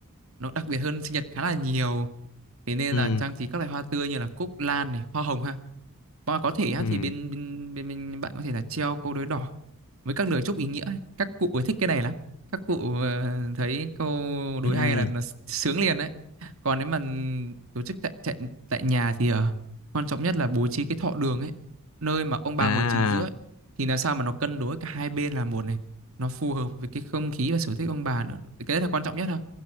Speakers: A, on the right (about 65°); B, on the left (about 75°).
A: nó đặc biệt hơn sinh nhật khá là nhiều thế nên
B: ừ
A: là trang trí các loại hoa tươi như là cúc lan này hoa hồng ha Và có thể á,
B: ừ
A: thì bên bên bên bên bạn có thể là treo câu đối đỏ với các lời chúc ý nghĩa ấy. Các cụ ấy thích cái này lắm. Các cụ ờ, thấy câu đối
B: ừ
A: hay là, là sướng liền đấy. Còn nếu mà tổ chức tại tại, tại nhà thì ờ, quan trọng nhất là bố trí cái thọ đường ấy, nơi mà ông bà
B: à
A: ngồi chính giữa ấy, thì làm sao mà nó cân đối cả hai bên là một này, nó phù hợp với cái không khí và sở thích ông bà nữa. Cái đấy là quan trọng nhất thôi.